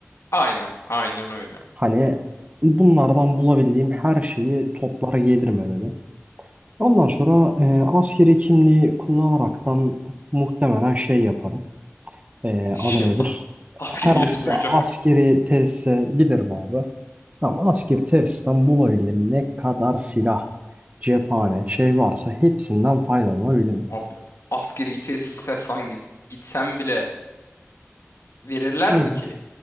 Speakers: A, on the left; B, on the right.
A: Aynen. Aynen öyle.
B: Hani bunlardan bulabildiğim her şeyi toplara gelirim eve. Ondan sonra e, askeri kimliği kullanaraktan muhtemelen şey yaparım. E,
A: Şey,
B: adı nedir?
A: ah, <laughs> Askeriye
B: Herhangi
A: soyacak.
B: bir askeri tesise giderim abi. Ama askeri tesisten bulabildiğim ne kadar silah, cephane, şey varsa hepsinden faydalanabilirim.
A: Abi. Askeri tesise sen gi- gitsen bile verirler
B: Hı.
A: mi ki?